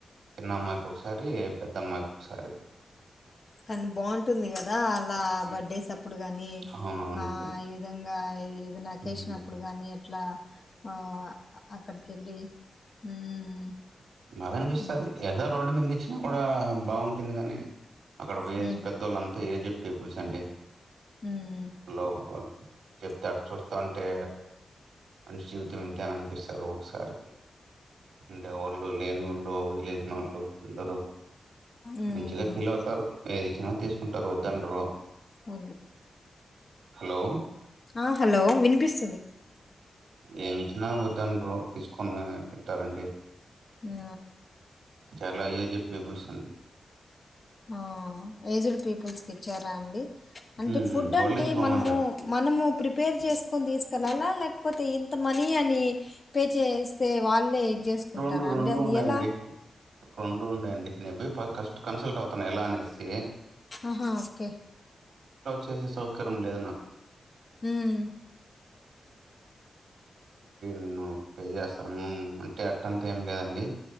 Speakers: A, on the right; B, on the left.
A: చిన్నమ్మాయికి ఒకసారి పెద్దమ్మాయికి ఒకసారి
B: కానీ బాగుంటుంది కదా అలా
A: హ్మ్.
B: బర్డేస్ అప్పుడు నీ
A: అవునవునండి.
B: ఆ ఈ విధంగా ఏదైనా అకేషన్
A: హ్మ్.
B: అప్పుడు గానీ ఎట్ అట్లా ఆ అక్కడికి వెళ్ళి ఉమ్
A: మాకు అనిపిస్తుది
B: ఉమ్
A: ఏదో <unintelligible> కూడా బాగుంటుంది కాగానీ అక్కడ పోయేసి
B: ఉమ్
A: పెద్దోళ్ళుంతా ఏజ్డ్ పీపుల్స్ అండి
B: ఉమ్
A: లోప చెప్తాడు చూస్తా అంటే మంచి జీవితం ఎంతే అని అనిపిస్తుంది ఒకసారి అంటే వాళ్ళు లేనివాళ్ళు వదిలేని వాళ్ళు అందరు
B: ఉమ్
A: మంచిగా ఫీల్ అవుతారు ఏది ఇచ్చిన తీసుకుంటారు వద్దండరూ
B: కు
A: హలో
B: ఆ హలో వినిపిస్
A: ఏమి ఇచ్చినా వద్దండ తీసుకొని తింటారండి
B: ఆ
A: చాలా ఏజెడ్ పీపుల్స్ అండి
B: ఆ ఏజ్డ్ పీపుల్స్ కి ఇచ్చారా అ అంటే
A: హ్మ్.
B: ఫుడ్ అంటే
A: ఓల్డ్ ఏజ్ హోమ్
B: మనము
A: అన్నారు
B: మనము ప్రిపేర్ చేసుకొని తీసుకెళ్ళాలా లేక లేకపోతే ఇంత మనీ అని పే చేస్తే వాళ్ళే చేసుకుంటారా
A: రెండు రెండు
B: అండి? అది
A: ఉన్నాయండి
B: ఎలా?
A: రెండు ఉండయండి నేను పోయి కస్ట్ కన్సల్ట్ అవుతాను ఎలా అనేసి
B: ఆహా ఓకే
A: <unintelligible> అండి
B: హ్మ్.
A: నేను పే చేస్తాను అంటే అట్టంతా ఏం లేదండి